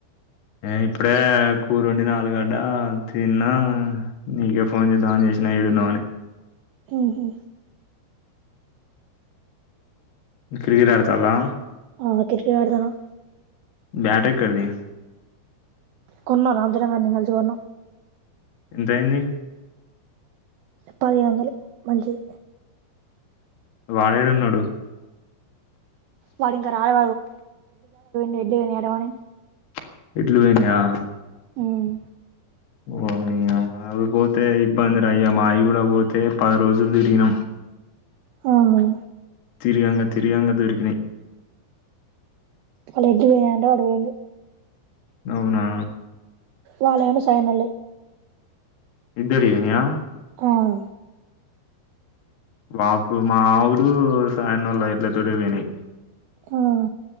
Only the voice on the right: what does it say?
ఉహు
ఆ క్రికెట్ ఆడుతారా
కొన్నం రా అందరం కలిసి కొన్నం
పదిహేను వందలు మంచిది
వాడు ఇంకా రాలే <unintelligible> వని
మ్మ్
అవున
అళ్లా <unintelligible> పోయింట అట్టు పోయింది
వల్లే <unintelligible>
అవును
మ్మ్